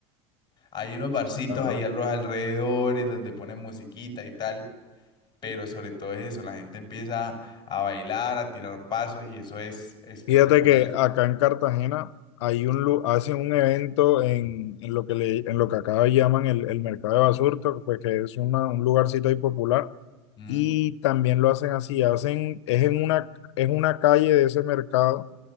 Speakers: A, on the left (about 30°); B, on the left (about 80°).
A: Hay unos barcitos
B: claro.
A: ahí a los alrededores donde ponen musiquita y tal, pero sobre todo es eso, la gente empieza a bailar, a tirar paso y eso es espectacular.
B: Fíjate que
A: Es-
B: acá en Cartagena hay un, lu- hacen un evento en, en lo que le, en lo que acá llaman el, el mercado de Basurto, pues que es una- un lugarcito ahí popular,
A: Mm,
B: y también lo hacen así, hacen, es en una, es una calle de ese mercado